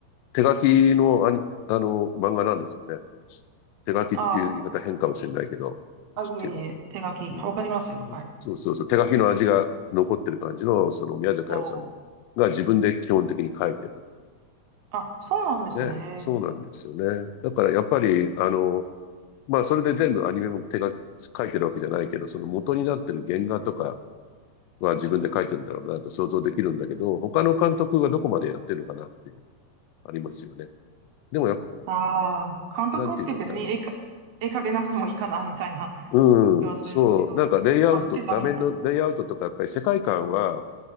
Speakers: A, on the left (about 90°); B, on the right (about 75°).
A: 手書きのアニ、あの、漫画なんですよね。手書きっていう言い方変かもしれないけど、
B: ああ、
A: なんていうの。
B: いえいえ、手書き。
A: うん
B: わかりますよ。はい。
A: そうそうそう、手書きの味が残ってる感じの、その宮崎駿さんのが自分で基本的に書いてる
B: おー。あ、そうなんですね。
A: ので、そうなんですよね。だからやっぱり、あの、まあそれで全部アニメも手が書いてるわけじゃないけど、その元になってる原画とかは自分で書いてるんだろうなと想像できるんだけど、他の監督がどこまでやってるのかなっていう、ありますよね。でもやっ、
B: ああ、監督って別に絵か、
A: なんていうのかな。
B: 絵描けなくてもいいかな、みたいな
A: うん、
B: 気はするんですけど、
A: そう、なんかレイアウト、
B: まあ、描けた本
A: 画面のレイアウトとかやっぱり世界観は